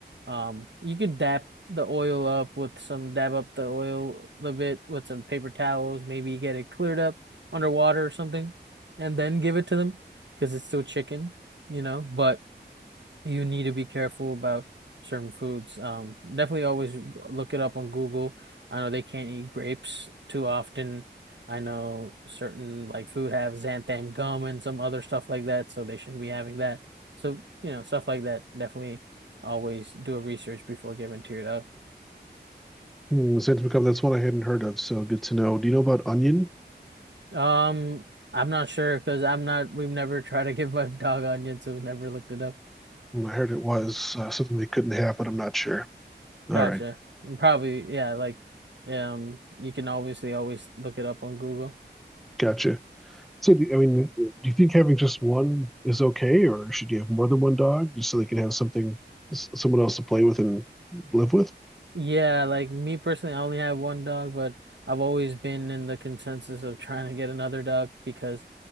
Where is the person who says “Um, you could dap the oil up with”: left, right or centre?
Right